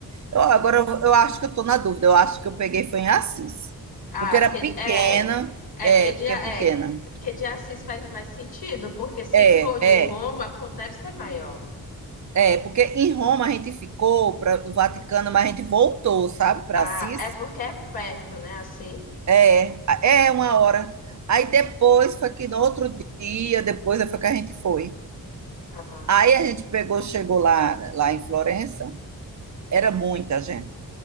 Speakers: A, on the right; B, on the left.
A: eu- agora eu, eu acho que eu estou na dúvida, eu acho que eu peguei foi em Assis,
B: Ah,
A: porque era
B: porque
A: pequena,
B: é, é
A: é,
B: porque de,
A: porque
B: é,
A: é pequena.
B: porque de Assis faz mais sentido, porque se
A: É,
B: for de
A: é,
B: Roma, co- deve ser maior.
A: é, porque em Roma a gente ficou para o Vaticano, mas a gente voltou, sabe, para
B: Ah,
A: Assis.
B: é porque é perto, né? Assim,
A: É é uma hora. Aí depois foi que no outro dia, depois é, foi que a gente foi.
B: ah,
A: Aí a gente pegou, chegou lá, lá em Florença, era muita gente,